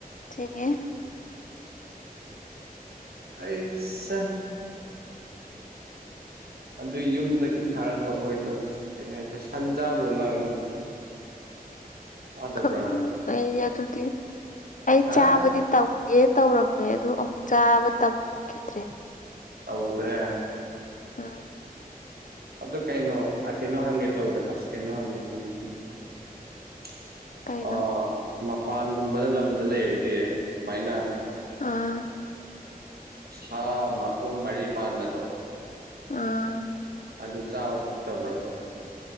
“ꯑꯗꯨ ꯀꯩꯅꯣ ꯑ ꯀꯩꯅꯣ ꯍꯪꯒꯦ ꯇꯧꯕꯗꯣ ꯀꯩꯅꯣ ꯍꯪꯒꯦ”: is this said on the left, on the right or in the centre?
Right